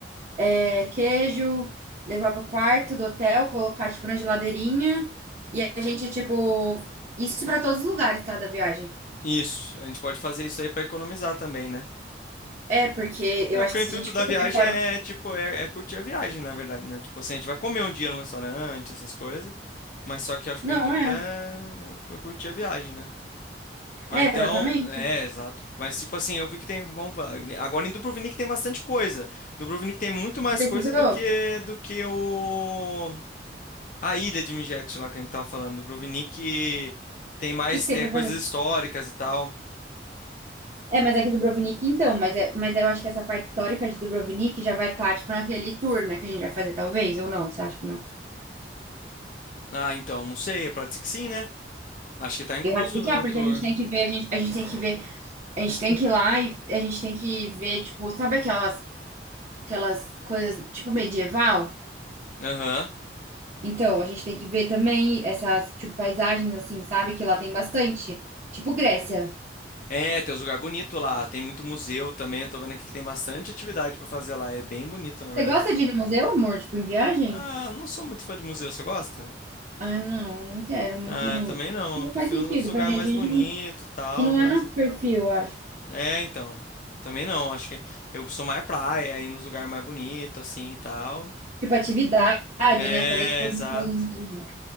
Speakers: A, on the right; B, on the left.
A: é, queijo, levar pro quarto do hotel, colocar, tipo, na geladeirinha. E a gente, tipo, isso pra todos os lugares, tá, da viagem.
B: isso, a gente pode fazer isso aí para economizar também, né?
A: É, porque
B: É,
A: eu acho
B: porque
A: que
B: o intuito
A: se a gente
B: da
A: for
B: viagem
A: comer fora.
B: é, tipo, é, é curtir a viagem, na verdade, né? Tipo assim, a gente vai comer um dia num restaurante, essas coisas, mas só que eu acho
A: Não,
B: que o intuito
A: é.
B: é cu- curtir a viagem, né? Mas
A: É,
B: então,
A: exatamente.
B: é, exato. Mas tipo assim, eu vi que tem, bom, va- agora em Dubrovnik tem bastante coisa. Dubrovnik tem muito mais
A: Você pesquisou?
B: coisa do que
A: O
B: do que o a ilha de Mijet lá que a gente tava falando. Dubrovnik tem mais
A: que que tem
B: é,
A: pra
B: coisas
A: fazer?
B: históricas e tal.
A: É, mas é que Dubrovnik, então, mas, é, mas eu acho que essa parte histórica de Dubrovnik já vai estar, tipo, naquele tour, né, que a gente vai fazer, talvez, ou não, você acha que não?
B: Ah, então, não sei, pode ser que sim, né? Acho que tá incluso,
A: Eu acho que
B: né,
A: já,
B: no
A: porque
B: tour.
A: a gente tem que ver, a gente, a gente tem que ver, a gente tem que ir lá e a gente tem que ver, tipo, sabe aquelas, aquelas coisas, tipo, medieval?
B: Aham.
A: Então, a gente tem que ver também essas, tipo, paisagens, assim, sabe, que lá tem bastante, tipo Grécia.
B: É, tem uns lugares bonitos lá, tem muito museu também, eu tô vendo aqui que tem bastante atividade pra fazer lá, é bem bonito, na verdade.
A: Você gosta de ir no museu, amor? Tipo, em viagem?
B: Ah, não sou muito fã de museu, você gosta?
A: Ah, não, não quero muito,
B: Ah,
A: não.
B: eu também
A: Acho
B: não,
A: que não
B: eu prefiro
A: faz sentido
B: uns lugares
A: pra gente.
B: mais
A: A
B: bonitos
A: gente não,
B: e tal,
A: e não
B: mas...
A: é nosso perfil, eu acho.
B: É, então, também não, acho que eu sou mais praia, ir nos lugares mais bonitos, assim, e tal.
A: Tipo, atividade,
B: É,
A: né? Fazer, tipo, alguma
B: exato.
A: coisa no dia.